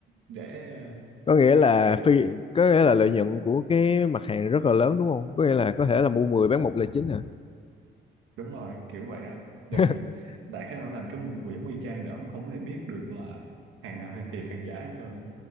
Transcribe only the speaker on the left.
có nghĩa là
phi có nghĩa là lợi nhuận của cái mặt hàng rất là lớn đúng không có nghĩa là có thể là mua 10 bán một là chính hả
<laughs>